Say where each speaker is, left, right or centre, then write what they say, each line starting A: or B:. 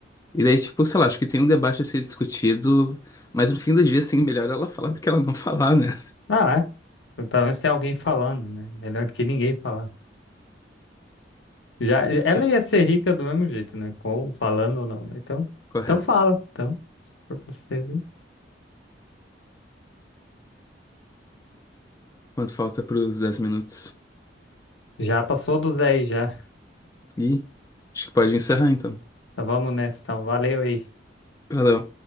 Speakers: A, on the left (about 20°); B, on the left (about 85°).
A: E daí, tipo, sei lá, acho que tem um debate a ser discutido, mas no fim do dia, assim, melhor ela falar do que ela não falar, né?
B: Ah, é. Então, Pelo menos tem alguém falando, né? Melhor do que ninguém falar. Já,
A: Isso,
B: ela ia ser rica do mesmo jeito, né? Com, falando ou não, né? Então,
A: correto.
B: então fala. Então, se for pra você, hein?
A: Quanto falta para os 10 minutos?
B: Já passou dos 10 já.
A: Ih, acho que pode encerrar então.
B: Então vamos nessa, então. Valeu aí.
A: Valeu.